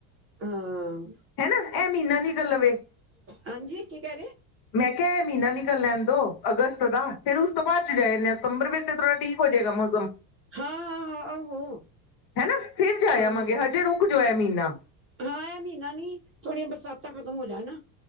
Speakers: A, on the right; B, on the left.
A: ਹਾਂ,
B: ਹਨਾ ਇਹ ਮਹੀਨਾ ਨਿਕਲ ਲਵੇ।
A: ਹਾਂਜੀ ਕੀ ਕੈਰਏ?
B: ਮੈਂ ਕਿਆ ਐ ਮੀਨਾ ਨਿਕਲ ਲੈਣ ਦੋ ਅਗਸਤ ਦਾ, ਫੇਰ ਉਸ ਤੋਂ ਬਾਅਦ ਚ ਜਾ ਜਾਂਦੇ ਹਾਂ ਸਤੰਬਰ ਵਿੱਚ ਤੇ ਥੋੜਾ ਠੀਕ ਹੋ ਜਾਏਗਾ ਮੌਸਮ।
A: ਹਾਂ ਹਾਂ ਹਾਂ ਆਹੋ
B: ਹੈਨਾ ਫਿਰ ਜਾ ਯਾਵਾਂਗੇ
A: ਆਹੋ
B: ਹਜੇ ਰੁਕ ਜਾਔ ਐ ਮੀਨਾ।
A: ਹਾਂ ਐ ਮਹੀਨਾ ਨੀ, ਥੋੜੀਆਂ ਬਰਸਾਤਾਂ ਖ਼ਤਮ ਹੋ ਜਾ ਨਾ।